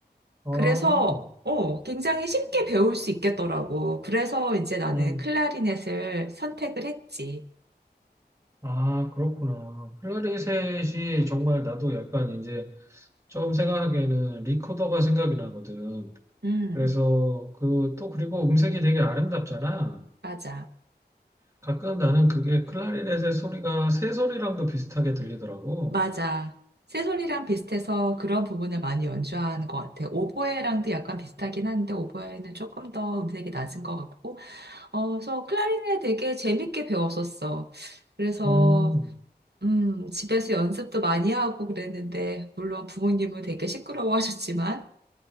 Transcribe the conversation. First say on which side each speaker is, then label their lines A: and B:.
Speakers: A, on the right; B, on the right.
A: 아,
B: 그래서, 어, 굉장히 쉽게 배울 수 있겠더라고. 그래서 이제 나는
A: 음,
B: 클라리넷을 선택을 했지.
A: 아, 그렇구나. 클라리넷이 정말 나도 약간 이제 처음 생각하기에는 리코더가 생각이 나거든.
B: 음,
A: 그래서 그 또 그리고 음색이 되게 아름답잖아.
B: 맞아.
A: 가끔 나는 그게 클라리넷의 소리가 새 소리랑도 비슷하게 들리더라고.
B: 맞아. 새소리랑 비슷해서 그런 부분을 많이 연주하는 것 같아. 오보에랑도 약간 비슷하긴 한데 오보에는 조금 더 음색이 낮은 것 같고, 어, 그래서 클라리넷 되게 재밌게 배웠었어. 그래서
A: 음.
B: 음, 집에서 연습도 많이 하고 그랬는데 물론 부모님은 되게 시끄러워하셨지만,